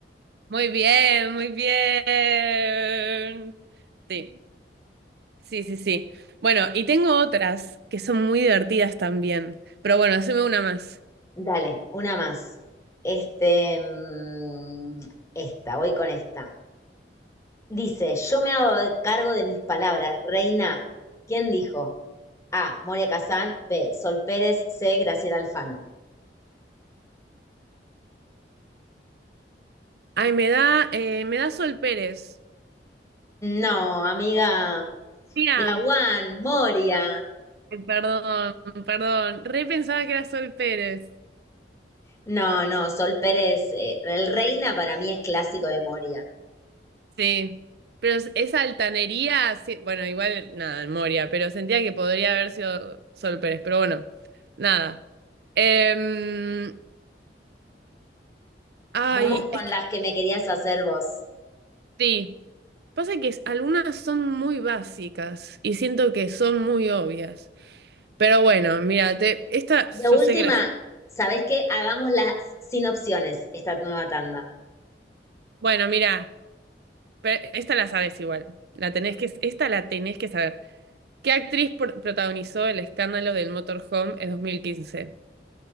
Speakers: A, on the right; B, on the left.
A: Muy bien, muy bien. Sí. Sí, sí, sí. Bueno, y tengo otras que son muy divertidas también. Pero bueno, haceme una más.
B: Dale, una más. Este, mm, esta, voy con esta. Dice, yo me hago de- cargo de mis palabras, reina. ¿Quién dijo? A, Moria Kazán, B, Sol Pérez, C, Graciela Alfano.
A: Ay, me da, eh, me da Sol Pérez.
B: No, amiga.
A: Mira,
B: La One, Moria.
A: perdón, perdón. Re pensaba que era Sol Pérez.
B: No, no, Sol Pérez, eh, el reina para mí es clásico de Moria.
A: Sí. Pero es- esa altanería, sí. Bueno, igual, nada, Moria, pero sentía que podría haber sido Sol Pérez. Pero bueno, nada. Em, ay,
B: Vamos con
A: es que
B: las que me querías hacer vos.
A: sí. Pasa que algunas son muy básicas y siento que son muy obvias. Pero bueno, mira, te- esta
B: De última,
A: yo sé que la
B: ¿sabés qué? Hagámoslas sin opciones, esta nueva tanda.
A: Bueno, mira, pero esta la sabes igual. La tenés que, esta la tenés que saber. ¿Qué actriz por- protagonizó el escándalo del motorhome en 2015?